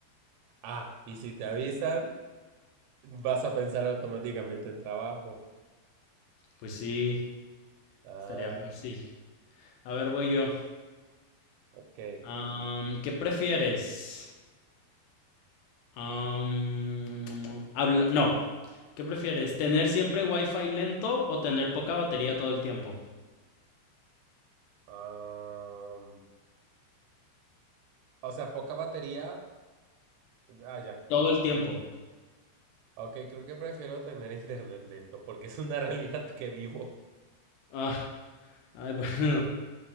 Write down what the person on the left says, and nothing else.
Pues sí,
estaría fácil. A ver, voy yo.
Am, ¿qué prefieres? Am, habla- no. ¿Qué prefieres? ¿Tener siempre wifi lento o tener poca batería todo el tiempo?
Todo
el tiempo.
Ah, ay, <laughs> bueno.